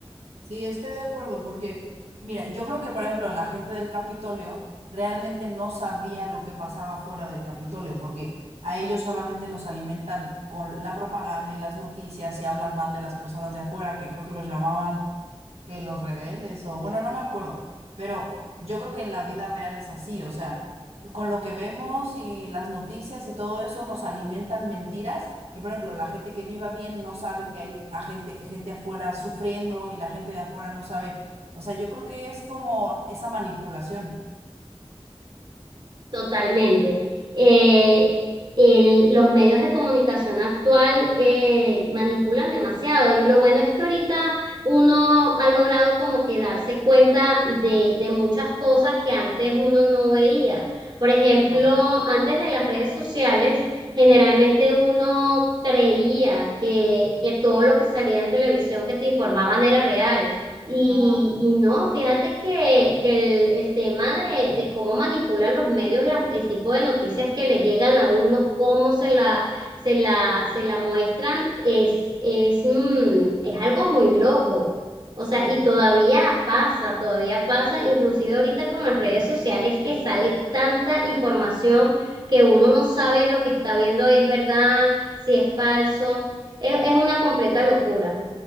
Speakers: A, on the right; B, on the right.
A: Sí, estoy de acuerdo, porque, mira, yo creo que, por ejemplo, la gente del Capitolio realmente no sabía lo que pasaba fuera del Capitolio, porque a ellos solamente los alimentan con la propaganda y las noticias y hablan mal de las personas de afuera, que creo que los llamaban que los rebeldes, o bueno, no me acuerdo, pero yo creo que en la vida real es así, o sea, con lo que vemos y las noticias y todo eso nos alimentan mentiras. Y por ejemplo, la gente que viva bien no sabe que hay a gente, gente afuera sufriendo y la gente de afuera no sabe. O sea, yo creo que es como esa manipulación.
B: Totalmente. Eh, el- los medios de comunicación actual eh, manipulan demasiado y lo bueno es que ahorita uno ha logrado como que darse cuenta de, de muchas cosas que antes uno no veía. Por ejemplo,
A: Ajá.
B: antes de las redes sociales, generalmente uno creía que, que todo lo que salía en televisión que te informaban era real. Y,
A: Ajá.
B: y no, fíjate que, que el, el tema de, de cómo manipulan los medios las- el tipo de noticias que le llegan a uno, cómo se la, se la, se la muestran, es, es, mm, es algo muy loco. O
A: Sí.
B: sea, y todavía pasa, todavía pasa, inclusive ahorita con las redes sociales que sale tanta información que uno no sabe lo que está viendo es verdad, si es falso. es es una completa locura.